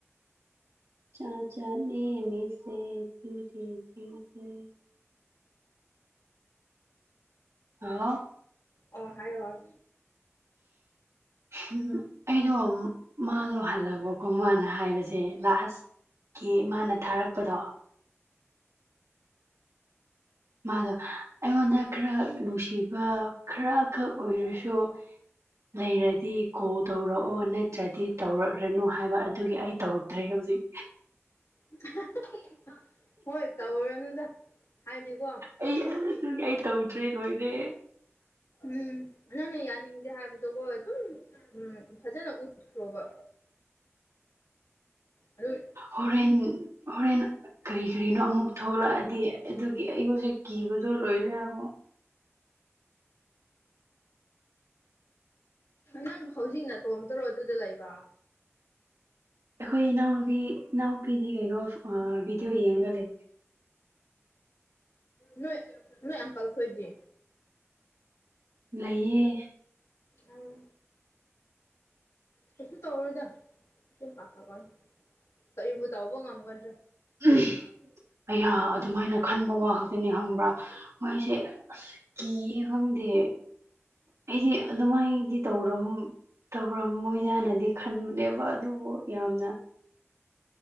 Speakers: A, on the right (about 85°); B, on the left (about 80°).
A: ꯖꯥꯠ ꯖꯥꯠꯅꯦ ꯃꯤꯁꯦ <unintelligible> <unintelligible>
B: ꯑꯣ ꯍꯥꯏꯌꯣ ꯍꯥꯏꯌꯣ
A: ꯍꯨꯝ ꯑꯩꯗꯣ ꯃꯥꯗꯣ ꯍꯜꯂꯛꯄꯀꯣ ꯃꯥꯅ ꯍꯥꯏꯕꯁꯦ ꯂꯥꯁ ꯀꯤ ꯃꯥꯅ ꯊꯥꯔꯛꯄꯗꯣ ꯃꯥꯗꯣ ꯑꯩꯉꯣꯟꯗ ꯈꯔ ꯅꯨꯡꯁꯤꯕ ꯈꯔꯈꯛ ꯑꯣꯏꯔꯁꯨ ꯂꯩꯔꯗꯤ ꯀꯣꯜ ꯇꯧꯔꯛꯑꯣ ꯅꯠꯇ꯭ꯔꯗꯤ ꯇꯧꯔꯛꯔꯅꯨ ꯍꯥꯏꯕ ꯑꯗꯨꯒꯤ ꯑꯩ ꯇꯧ ꯇ꯭ꯔꯦ ꯍꯧꯖꯤꯛ
B: <unintelligible> ꯍꯣꯏ ꯇꯧꯔꯨꯔꯅꯨꯗ ꯍꯥꯏꯗꯤ ꯀꯣ
A: ꯑꯩ ꯑꯗꯨꯒꯤ ꯑꯩ ꯇꯧꯗ꯭ꯔꯦ ꯂꯣꯏꯔꯦ
B: ꯎꯝ ꯅꯪꯅ ꯌꯥꯅꯤꯡꯗꯦ ꯍꯥꯏꯕꯗꯣꯀꯣ ꯑꯗꯨꯝ ꯎꯝ ꯐꯖꯅ ꯎꯠꯈ꯭ꯔꯣꯕ ꯑꯗꯨꯢ
A: ꯍꯣꯔꯦꯟ ꯍꯣꯔꯦꯟ ꯀꯔꯤ ꯀꯔꯤꯅꯣ ꯑꯃꯨꯛ ꯊꯣꯛꯂꯑꯗꯤ ꯑꯗꯨꯒꯤ ꯑꯩ ꯍꯨꯖꯤꯛ ꯀꯤꯕꯗꯣ ꯂꯣꯏꯔꯦ ꯍꯥꯕ
B: ꯅꯪ ꯍꯧꯖꯤꯛ ꯅꯇꯣꯝꯇꯔꯣ ꯑꯗꯨꯗ ꯂꯩꯕ
A: ꯑꯈꯣꯏ ꯏꯅꯥꯎꯅꯨꯄꯤ ꯏꯅꯥꯎꯄꯤꯗꯤ ꯀꯩꯅꯣ ꯑꯥ ꯚꯤꯗꯤꯑꯣ ꯌꯦꯡꯉꯒ ꯂꯩ
B: ꯅꯣꯏ ꯅꯣꯏ ꯑꯪꯀꯜ ꯈꯣꯏꯗꯤ
A: ꯂꯩꯌꯦ
B: ꯑꯥ ꯀꯩꯁꯨ ꯇꯧꯔꯣꯏꯗ ꯀꯦꯝ ꯄꯥꯈꯠꯀꯅꯣ ꯀꯔꯤꯕꯨ ꯇꯧꯕ ꯉꯝꯒꯗ꯭ꯔꯥ
A: ꯎꯝ ꯑꯌꯥ ꯑꯗꯨꯃꯥꯏꯅ ꯈꯟꯕ ꯋꯥ ꯈꯛꯇꯅꯤ ꯈꯪꯕ꯭ꯔ ꯃꯣꯏꯁꯦ ꯑꯁ ꯀꯤꯌꯦ ꯈꯪꯗꯦ ꯑꯩꯗꯤ ꯑꯗꯨꯃꯥꯏꯗꯤ ꯇꯧꯔꯝ ꯇꯧꯔꯝꯃꯣꯏꯗꯅꯗꯤ ꯈꯟꯕꯅꯦꯕ ꯑꯗꯨꯕꯨ ꯌꯥꯝꯅ